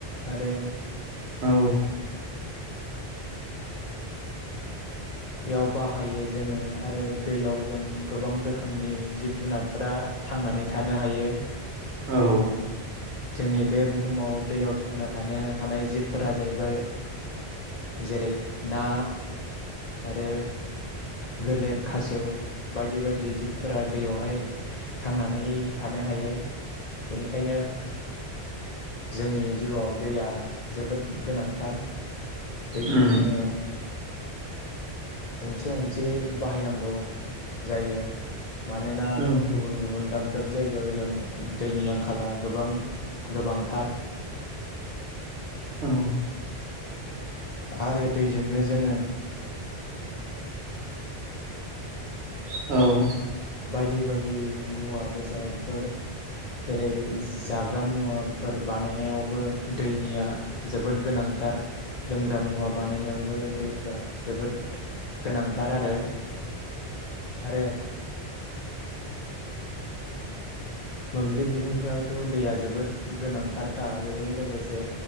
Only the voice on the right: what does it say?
औ।
औ
उम
औ
औ
औ